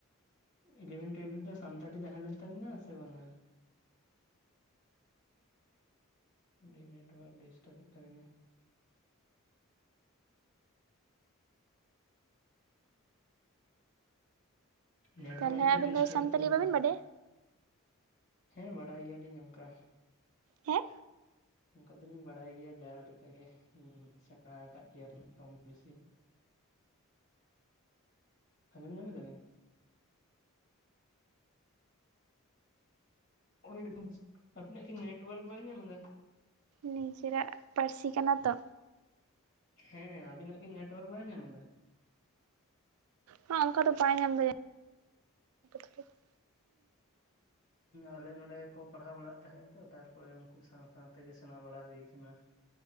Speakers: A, on the left; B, on the right.
A: ᱤᱞᱮᱵᱷᱮᱱ ᱴᱩᱭᱮᱞᱵᱷ ᱨᱮᱫᱚ ᱥᱟᱱᱛᱟᱞᱤ ᱛᱟᱦᱮᱸ ᱞᱮᱱ ᱛᱟᱵᱤᱱᱟ ᱥᱮ ᱵᱟᱝᱟ? ᱟᱹᱰᱤ ᱱᱮᱴᱳᱣᱟᱨᱠ ᱰᱤᱥᱴᱟᱵ ᱮᱫ ᱛᱟᱹᱵᱤᱱᱟᱭ᱾ ᱱᱮᱴᱣᱟᱨᱠ
B: ᱛᱟᱦᱚᱞᱮ
A: ᱜᱮ
B: ᱟᱹᱵᱤᱱ
A: ᱰᱤᱥᱴᱟᱵᱮᱫ
B: ᱫᱚ ᱥᱟᱱᱛᱟᱞᱤ
A: ᱛᱟᱦᱮᱱᱟᱭ
B: ᱵᱟᱹᱵᱤᱱ ᱵᱟᱰᱟᱭᱟ
A: ᱦᱮᱸ ᱵᱟᱰᱟᱭ ᱜᱮᱭᱟᱞᱤᱧ ᱚᱱᱠᱟ᱾
B: ᱦᱮᱸ
A: ᱚᱱᱠᱟ ᱫᱚᱞᱤᱧ ᱵᱟᱰᱟᱭ ᱜᱮᱭᱟ ᱡᱟᱦᱟ ᱞᱮᱠᱟ ᱜᱮ ᱥᱮᱬᱟ ᱠᱟᱫ ᱜᱮᱭᱟᱞᱤᱧ ᱠᱚᱢ ᱵᱮᱥᱤ ᱾ ᱟᱸᱡᱚᱢ ᱧᱟᱢ ᱫᱟᱵᱤᱱ᱾ <unintelligible> ᱟᱵᱤᱱᱟᱜ ᱠᱤ ᱱᱮᱴᱚᱣᱟᱨᱠ ᱵᱟᱭ ᱧᱟᱢᱫᱟᱭ᱾
B: ᱱᱤᱡᱮᱨᱟᱜ ᱯᱟᱹᱨᱥᱤ ᱠᱟᱱᱟ ᱛᱚ᱾
A: ᱦᱮ ᱟᱹᱵᱤᱱᱟᱜ ᱜᱮ ᱱᱮᱴᱳᱣᱟᱨᱠ ᱵᱟᱭ ᱧᱟᱢᱫᱟ?
B: ᱦᱚᱸ ᱚᱱᱠᱟ ᱫᱚ ᱵᱟᱭ ᱧᱟᱢᱫᱟ ᱡᱟᱹ <unintelligible>
A: ᱟᱞᱮ ᱱᱚᱸᱰᱮ ᱜᱮᱠᱚ ᱯᱟᱲᱦᱟᱣ ᱵᱟᱲᱟᱜ ᱛᱟᱦᱮᱸᱜ ᱛᱚ ᱛᱟᱨᱯᱚᱨᱮ ᱩᱱᱠᱩ ᱥᱟᱶ ᱥᱟᱶ ᱛᱮᱜᱮ ᱥᱮᱸᱬᱟ ᱵᱟᱲᱟ ᱦᱩᱭ ᱠᱟᱱᱟ ᱾